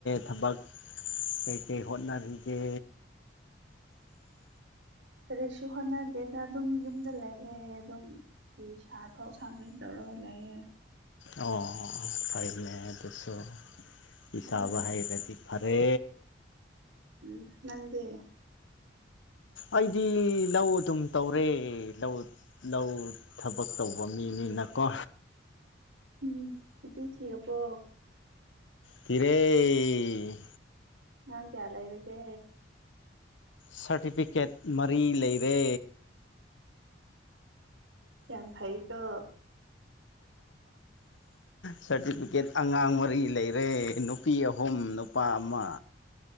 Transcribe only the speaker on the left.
ꯊꯕꯛ ꯀꯩꯀꯩ ꯍꯣꯠꯅꯔꯤꯒꯦ
ꯑꯣ ꯐꯥꯏꯚ ꯃ ꯨ ꯁꯣ ꯐ ꯁꯥꯥꯕ
ꯍꯩꯔꯗꯤ ꯐꯔꯦ
ꯑꯩꯗꯤ ꯂꯧ ꯑꯗꯨꯝ ꯇꯧꯔꯦ ꯂꯧ ꯂꯧ ꯊꯕꯛ ꯇꯧꯕ ꯃꯤꯅꯤꯅꯀꯣ
ꯊꯤꯔꯦ
ꯁꯥꯔꯇꯤꯐꯤꯀꯦꯠ ꯃꯔꯤ ꯂꯩꯔꯦ
ꯁꯥꯔꯇꯤꯐꯤꯀꯦꯠ ꯑꯉꯥꯡ ꯃꯔꯤ ꯂꯩꯔꯦ ꯅꯨ ꯅꯨꯄꯤ ꯑꯍꯨꯝ ꯅꯨꯄꯥ ꯑꯃ